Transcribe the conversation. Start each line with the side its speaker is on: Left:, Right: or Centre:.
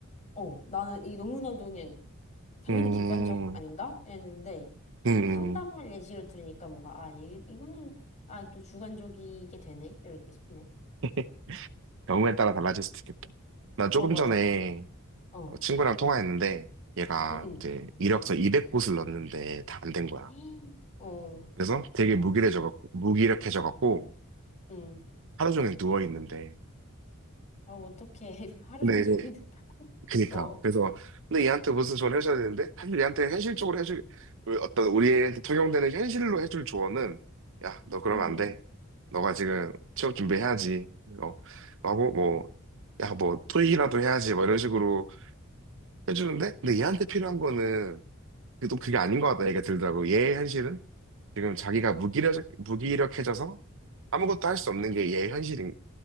Left: 어, 나는 이 너무나도 그냥 당연히
Right: 음,
Left: 객관적 아닌가? 이랬는데
Right: 음, 음.
Left: 그 상담을 예시로 들으니까 뭔가 아 이, 이거는 아 또 주관적이게 되네 이렇게 싶네.
Right: <laughs> 경우에 따라 달라질 수도 있겠다. 나 조금
Left: 어 맞아.
Right: 전에
Left: 어.
Right: 친구랑 통화했는데 얘가
Left: 응응.
Right: 이제 이력서 200곳을 넣었는데 다 안 된 거야.
Left: <gasps> 어.
Right: 그래서 되게 무기력해져갖고 무기력해져갖고
Left: 응.
Right: 하루 종일 누워 있는데
Left: 아 어떻게 <laughs> 하루
Right: 근데
Left: 종일
Right: 이제
Left: 누워 있는다고? <laughs>
Right: 그니까
Left: 어.
Right: 그래서 근데 얘한테 무슨 조언을 해줘야 되는데 사실 얘한테 현실적으로 해줄 우리 어떤 우리한테 적용되는 현실로 해줄 조언은 야 너 그러면
Left: 응.
Right: 안 돼. 너가 지금 취업 준비해야지. 어, 하고 뭐 야 뭐 토익이라도 해야지 뭐 이런 식으로 해주는데 근데 얘한테 필요한 거는 그게 또 그게 아닌 것 같다 얘기가 들더라고 얘의 현실은 지금 자기가 무기력 무기력해져서 아무것도 할 수 없는 게 얘의 현실일